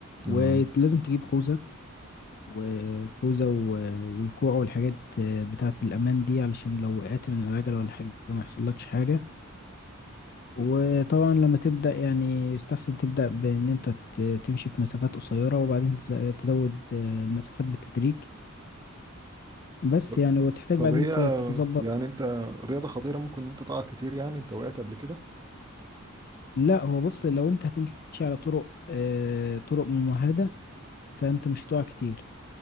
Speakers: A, on the left (about 45°); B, on the right (about 20°).
A: ولازم
B: اه
A: تجيب خوذه وخوذه و- والكوع والحاجات آه، بتاعه الامان دي علشان لو وقعت من العجله ولا حاجه ما يحصلكش حاجه وطبعا لما تبدأ يعني يستحسن تبدأ بإن أنت ت- تمشي في مسافات قصيرة وبعدين تز- تزود آه، المسافات بالتدريج بس
B: طب
A: يعني وتحتاج
B: طب
A: بعدين
B: هي
A: ت- تظبط
B: يعني انت رياضة خطيرة ممكن انت تقع كتير يعني انت وقعت قبل كده
A: لا هو بص لو أنت هتمشي على طرق آه، طرق ممهدة فأنت مش هتقع كتير